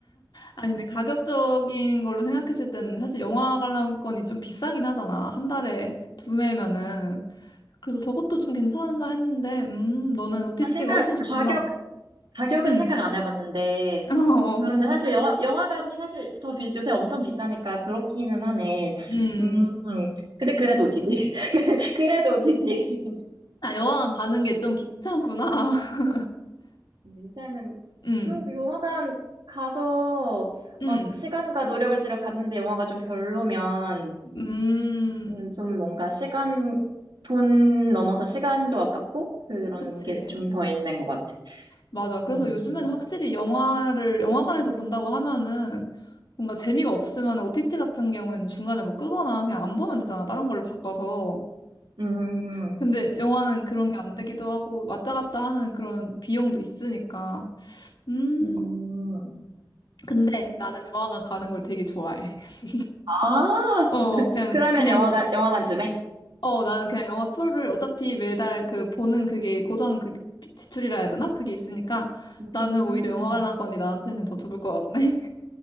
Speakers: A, on the left (about 65°); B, on the right (about 80°).
A: 아니, 근데 가격적인 걸로 생각했을 때는 사실 영화 관람권이 좀 비싸긴 하잖아. 한 달에 두 매면은. 그래서 저것도 좀 괜찮은가 했는데, 음, 너는 OTT가
B: 아, 생각,
A: 훨씬 좋구나.
B: 가격, 가격은
A: 응,
B: 생각 안 해봤는데,
A: <laughs> 어, 어.
B: 그런데 사실 영화, 영화관이 사실 더 비, 요새 엄청 비싸니까 그렇기는 하네.
A: 음.
B: 음, 근데 그래도 OTT. <laughs> 그래도 OTT.
A: 아, 영화관 가는 게 좀 귀찮구나. <laughs>
B: 근데 요새는
A: 응,
B: 그 영화관 가서
A: 응,
B: 막 시간과 노력을 들여 갔는데 영화가 좀 별로면
A: 음.
B: 음,
A: 음.
B: 좀 뭔가 시간, 돈 넘어서 시간도 아깝고 그런
A: 그치.
B: 게 좀 더 있는 것 같아.
A: 맞아. 그래서
B: 음,
A: 요즘에는 확실히 영화를 영화관에서 본다고 하면은 뭔가 재미가 없으면 OTT 같은 경우에는 중간에 뭐 끄거나 그냥 안 보면 되잖아. 다른 걸로 바꿔서.
B: 음,
A: 근데 영화는 그런 게 안 되기도 하고 왔다 갔다 하는 그런 비용도 있으니까. 음.
B: 음.
A: 근데 나는 영화관 가는 걸 되게 좋아해. <laughs>
B: 아,
A: 어, 그냥
B: 그러면
A: 그냥
B: 영화관, 영화관 쯤에?
A: 어, 나는 그냥 영화 표를 어차피 매달 그 보는 그게 고정 그 지출이라 해야 되나? 그게 있으니까
B: 음,
A: 나는 오히려 영화 관람권이 나한테는 더 좋을 것 같네.